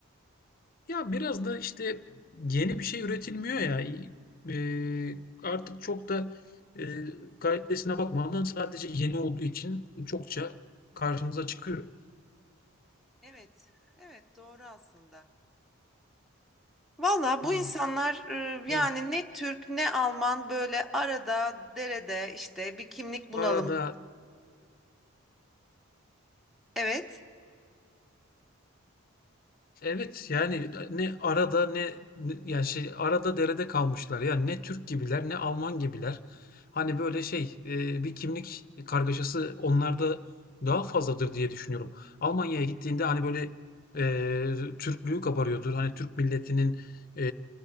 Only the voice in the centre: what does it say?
Evet, evet doğru aslında. Valla
bu insanlar e,
yani ne Türk ne Alman böyle arada derede işte bir kimlik bunalımı.
Evet.